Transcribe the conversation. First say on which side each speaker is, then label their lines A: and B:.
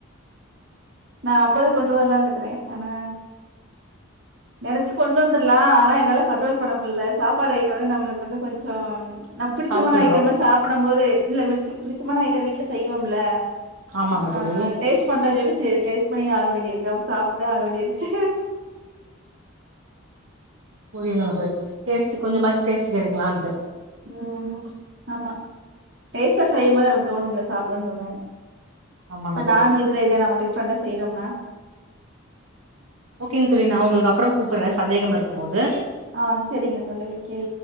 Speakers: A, on the right; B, on the right.
A: நா அம்பது கொண்டு வரலான்னுக்கறே ஆனா நெனச்சி கொண்டு வந்துர்லா ஆனா என்னால கண்ட்ரோல் பண்ண முல்ல சாப்பாடு ஐட்டோ வந்து நம்முளுக்கு வந்து கொஞ்சோ நம் பிடிச்சமான
B: சாப்ட்டுறோ
A: ஐட்டம்ல்லா சாப்பட போது இல்ல மிருச்சம் பிடிச்சமான ஐட்டம் வீட்ல செய்வோம் இல்ல
B: ஆமாங்க
A: ஆ
B: தோழி
A: டேஸ்ட் பண்ற சொல்லி செரி டேஸ்ட் பண்ணி ஆக வேண்டிய இருக்கு அப்ப சாப்ட்டுதா ஆக வேண்டி இருக்கு
B: புரியுதுங்க தோழி டேஸ்ட் கொஞ்சமாச்சி டேஸ்ட் க்கு எடுக்கலான்ட்டு
A: ம் ஆமா டேஸ்ட்டா செய்யு போது நமக்கு தோணும்ல்ல சாப்புட தோணு
B: ஆமாங்க
A: இப்ப
B: தோழி
A: நான்வெஜ்ல
B: கொஞ்ச
A: இதே நம்ம டிஃப்ரெண்டா செய்யறோம்னா
B: ஓகேங்க தோழி நா உங்களுக்கு அப்றோ கூப்புறே சந்தேகம் இருக்கு மோது
A: ஆ செரிங்க தோழி ஓகே